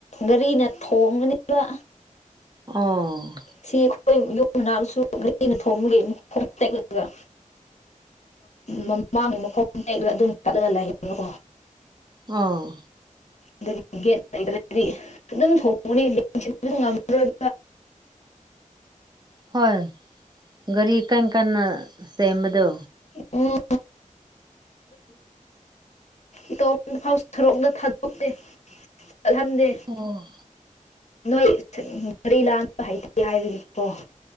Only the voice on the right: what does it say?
ꯑꯣ
ꯑꯣ
ꯍꯣꯏ ꯒꯥꯔꯤ ꯀꯔ ꯀꯟꯅ ꯁꯦꯝꯕꯗꯣ
ꯑꯣ